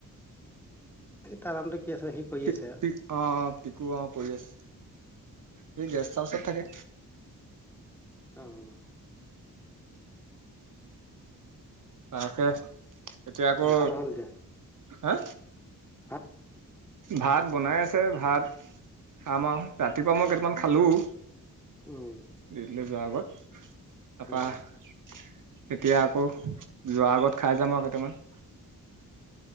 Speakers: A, in the centre; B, on the right.
A: এই তাৰ নামটো কি আছিলে? সি- কৰি
B: পিক,
A: আছে
B: পিক অ', পিকু অ' কৰি আছে। সি গেষ্ট হাউচত থাকে।
A: অহ।
B: তাকে। এতিয়া আকৌ,
A: এ ভাত হ'ল দিয়া
B: হা?
A: ভাত।
B: ভাত বনাই আছে। ভাত খাম আৰু। ৰাতিপুৱা মই কেইটামান খালোঁ।
A: উম।
B: দিউতিলৈ যোৱা আগত। তাৰপৰা
A: উম,
B: - এতিয়া আকৌ, যোৱা আগত খাই যাম আৰু কেইটামান।